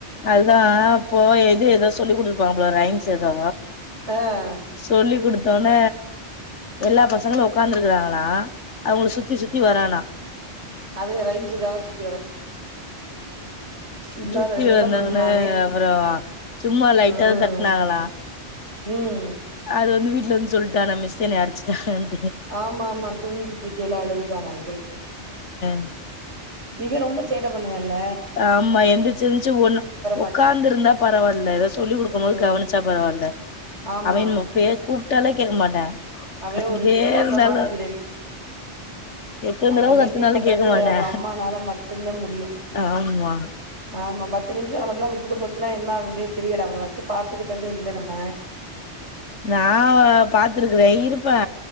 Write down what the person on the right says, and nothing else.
அ
அதுக ரைம்ஸ் காவ சுத் இல்லாத
வேலையெல்லா
பண்ணுவா அவே
ம்
ம்
ஆமா ஆமா தூங்கிட்றிக்கேல அழுதுட்டானா எந்திருச்சு
இவே ரொம்ப சேட்ட பண்ணுவேன்ல்ல
மாட்டா
ம்
ஆமா
அவே
ஒரு வித்தியாசமான
பிறவி
அவன
மெயின்டென் பண்றது
அவுக அம்மானால மட்டுந்தா முடியு
ஆமா பத்து நிமிஷோ நம்மட்லா விட்டுட்டு போச்சுன்னா என்ன ஆகும்னே தெரியல அவன வச்சு பாத்துக்கிட்டது இல்ல நம்ம